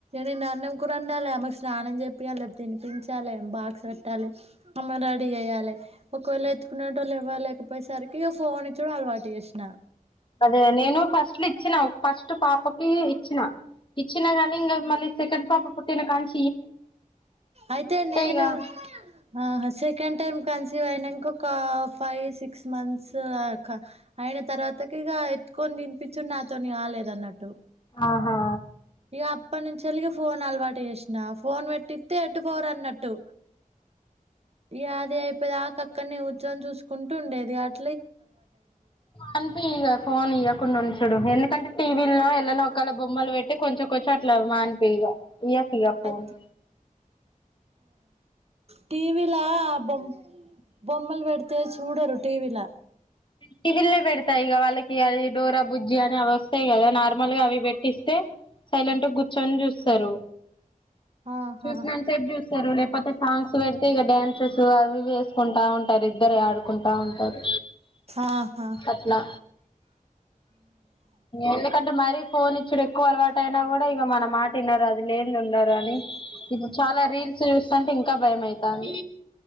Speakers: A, on the right; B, on the left.
A: నిన్న అన్నం కూర ఉండాలి ఆమెకు స్నానం చెపియ్యాలే తినిపించాలి బాక్స్ పెట్టాలి ఆమెను రెడీ చెయాలే ఒకవేళ ఎత్తుకునెటొళ్ళు ఇవ్వలేకపోయేసరికి ఫోన్ ఇచ్చుడు అలవాటు చేసినా
B: అదే నేను ఫస్ట్ లో ఇచ్చినా ఫస్ట్ పాపకి ఇచ్చినా ఇచ్చిన గానీ ఇంకా మళ్ళీ సెకండ్ పాప పుట్టిన కానుంచి
A: అయితే నేను
B: ఇక
A: ఆ సెకండ్ టైమ్ కన్సీవ్ అయినంక ఇంకొక ఫైవ్ సిక్స్ మంత్స్ క అయిన తర్వాత ఇగా ఎత్తుకొని తినిపించుడు నాతోని కాలేదు అన్నట్టు
B: ఆహా
A: ఇగ అప్పనుంచిలి ఫోన్ ఆల్వాట్ టెష్నాఫ్ ఫోన్ పెట్టిత్తె ఎటు పోరు అన్నట్టు ఇగ అదే అయిపోయే దాకా అక్కడినే కూర్చొని చూసుకుంటూ ఉండేది అట్
B: అనిపి <unintelligible> ఇక ఫోన్ ఇవ్వకుండా చూడు ఎందుకంటే టీవీ లో ఎలానో ఒకల బొమ్మలు పెడితే అంటే కొంచెం కొంచెం అట్లా మానిపిగా యాకుయాపోను
A: అత్ టీ వీ లా బొమ్మ బొమ్మలు పెడితే చూడరు టీవీ లా
B: టీవీల్నే పెడతాయి ఇక వాళ్ళకి అ డోర బుజ్జి అని అవి వస్తాయి కదా నార్మల్ గా అవి పెట్టిస్తే సైలెంట్ గా కూర్చొని చూస్తారు
A: ఆహా
B: చూసినాంత సేపు చూస్తారు లేకపోతే సాంగ్స్ పెడితే ఇక డ్యాన్స్ అవి వేసుకుంటా ఉంటారు ఇద్దర ఆడుకుంట బాగుంటారు
A: ఆహా
B: అట్లా ఎందుకు అంటే మరీ పోన్ ఇచ్చడు ఎక్కువ అలవాటు అయినా కూడా ఇక మన మాట విన్నారు అది లేద ఉండరు అని ఇప్పుడు చాలా రీల్స్ చూస్తంటే ఇంకా భయం అయితాంది